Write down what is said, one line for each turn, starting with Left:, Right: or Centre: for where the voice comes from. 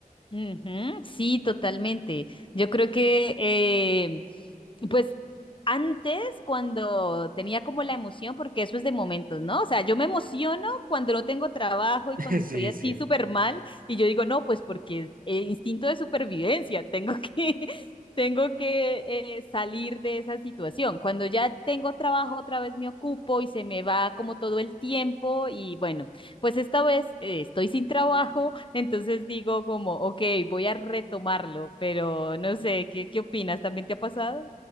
Left: Ujú, Sí, totalmente. Yo creo que, eh, pues, antes cuando tenía como la emoción, porque eso es de momentos, ¿no? O sea, yo me emociono cuando no tengo trabajo y
Right: <laughs>
Left: cuando estoy
Right: Sí,
Left: así
Right: sí.
Left: súper mal y yo digo, no, pues porque eh, instinto de supervivencia, tengo que, <laughs> tengo que eh, salir de esa situación. Cuando ya tengo trabajo, otra vez me ocupo y se me va como todo el tiempo y bueno pues esta vez eh, estoy sin trabajo, <laughs> entonces digo como, ok, voy a retomarlo, pero no sé, ¿qué, qué opinas? ¿También te ha pasado?